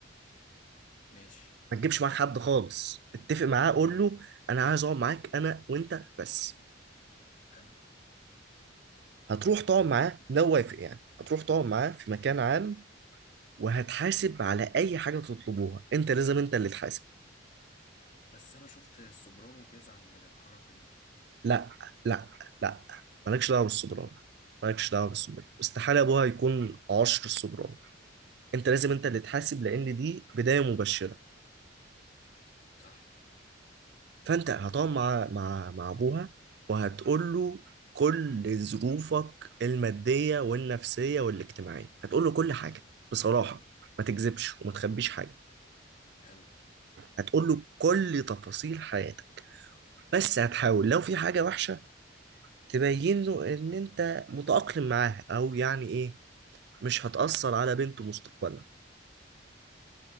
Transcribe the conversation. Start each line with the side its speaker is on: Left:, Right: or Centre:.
Left: ماشي
Right: ما تجيبش معاك حد خالص اتفق معاه قول له انا عايز اقعد معاك انا وانت بس
Left: حلو
Right: هتروح تقعد معاه لو وافق يعني هتروح تقعد معاه في مكان عام وهتحاسب على اي حاجه تطلبوها انت لازم انت اللي تحاسب
Left: بس انا شفت السوبرانو بيزعل من الحركه دي
Right: لا لا لا مالكش دعوه بالسوبرانو مالكش دعوه بالسوبرانو
Left: اه
Right: استحاله ابوها يكون عشر السوبرانو انت لازم انت اللي تحاسب لان دي بدايه مبشره
Left: صح
Right: فانت هتقعد مع مع مع ابوها وهتقول له كل ظروفك الماديه والنفسيه والاجتماعيه هتقول له كل حاجه بصراحه ما تكذبش وما تخبيش حاجه
Left: حلو
Right: هتقول له كل تفاصيل حياتك بس هتحاول لو في حاجه وحشه تبين له ان انت متأقلم معاها او يعني ايه مش هتأثر على بنته مستقبلا